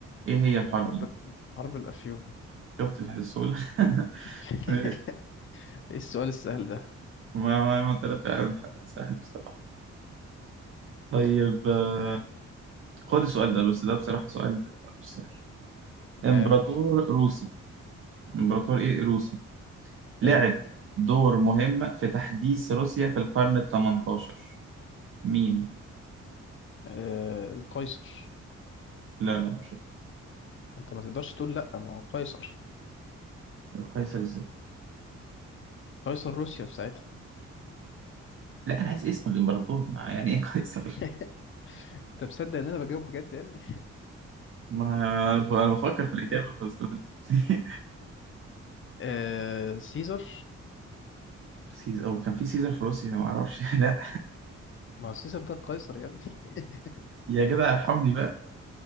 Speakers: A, on the right; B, on the left.
A: ايه هي الحرب
B: حرب
A: دي
B: حرب الأفيون
A: شفت الحسول <laughs>
B: <laughs>
A: ماشي.
B: ايه السؤال السهل ده
A: ما ما ما طلع فعلا سهل بصراحه طيب آه،
B: اه
A: خد السؤال ده بس ده بصراحه سؤال مش سهل امبراطور
B: اه
A: روسي امبراطور ايه روسي لعب
B: حلو
A: دور مهم في تحديث روسيا في القرن ال 18 مين
B: آه القيصر
A: لا لا مش هو.
B: انت ما تقدرش تقول لا ما هو قيصر
A: القيصر ازاي
B: قيصر روسيا في ساعتها
A: لا انا عايز اسم الامبراطور ما يعني ايه قيصر
B: <laughs> انت مصدق ان انا بجاوب بجد يعني
A: ما انا أنا بفكر في الاجابه فاستفز <laughs>
B: آه سيزر
A: سيزر هو كان في سيزر في روسيا ما اعرفش <laughs> لا
B: ما هو سيزر ده القيصر يا ابني <laughs>
A: يا جدع ارحمني بقى